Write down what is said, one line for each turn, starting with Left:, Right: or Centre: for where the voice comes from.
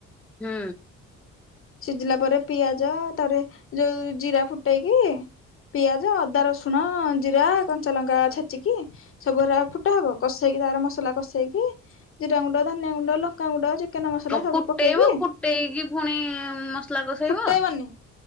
Centre: ହୁଁ।
Left: ସିଝିଲା ପରେ ପିଆଜ ତାରେ ଯୋଉ ଜିରା ଫୁଟେଇକି ପିଆଜ ଅଦା ରସୁଣ ଜିରା କଞ୍ଚା ଲଙ୍କା ଛେଚିକି ସବୁରା ଫୁଟା ହବ କଷେ କି ତାର ମସଲା କସେଇକି ଜିରା ଗୁଣ୍ଡ ଧନିଆ ଗୁଣ୍ଡ ଲଙ୍କା ଗୁଣ୍ଡ। ଚିକେନ ମସଲା ସବୁ
Centre: ଫୁଟେଇବ
Left: ପକେଇକି
Centre: ଫୁଟେଇକି ପୁଣି ମସଲା କଷେଇବ।
Left: ଫୁଟେଇବନି